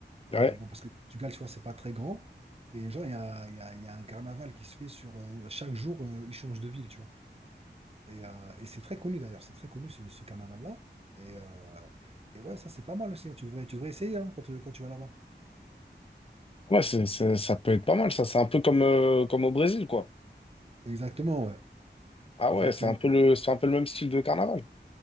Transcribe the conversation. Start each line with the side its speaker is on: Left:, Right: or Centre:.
Left: Ouais,
Right: Euh, bon, parce que le Portugal, tu vois, c'est pas très grand. Et genre, il y a, il y a- il y a un carnaval qui se fait sur. euh, chaque jour, euh, il change de ville, tu vois. Et, euh, et c'est très connu d'ailleurs, c'est très connu ce, ce carnaval-là. Et, euh, et ouais, ça, c'est pas mal aussi. hein. Tu devrais, tu devrais essayer hein, quand, tu- quand tu vas là-bas.
Left: ouais, c'est, c'est- ça peut être pas mal, ça. C'est un peu comme, euh, comme au Brésil, quoi.
Right: Exactement, ouais.
Left: Ah
Right: Exactement.
Left: ouais, c'est un peu le, c'est un peu le même style de carnaval.